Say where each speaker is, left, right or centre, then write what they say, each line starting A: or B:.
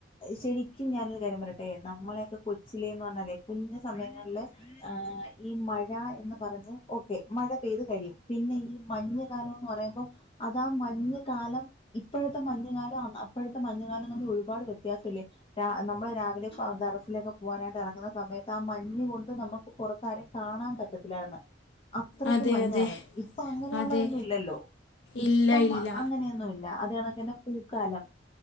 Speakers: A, on the left; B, on the left.
A: ശരിക്കും ഞാനൊരു കര്യം പറയട്ടെ നമ്മളെയൊക്കെ കൊച്ചിലേന്ന് പറഞ്ഞാലേ കുഞ്ഞ സമയങ്ങളില് ആഹ് ഈ മഴ എന്ന് പറഞ്ഞ ഓക്കെ മഴ പെയ്ത് കഴിയും പിന്നെ ഈ മഞ്ഞ കാലംന്ന് പറയുമ്പം അതാ മഞ്ഞകാലം ഇപ്പോഴത്തെ മഞ്ഞുകാലം അപ്പഴത്തെ മഞ്ഞ കാലം നക്കെ ഒരുപാട് വെ വെത്യാസം ഇല്ലെ നമ്മൾ രാവിലെ ദറസിലൊക്കെ പോവാനായിട്ട് ഇറങ്ങുന്ന സമയത്ത് ആഹ് മഞ് കൊണ്ട് നമുക്ക് പുറ താരെ കാണാൻ പറ്റത്തില്ലായിന്ന് അത്രയ്ക്ക്
B: അതെ
A: മഞ്ഞായിരുന്നു
B: അതെ
A: ഇപ്പ അങ്ങനെയുള്ളതൊന്നും
B: അതെ
A: ഇല്ലല്ലോ ഇപ്പം
B: ഇല്ല ഇല്ല
A: അങ്ങനെ ന്നും ഇല്ല അതാണക്കന്നെ പൂക്കാലം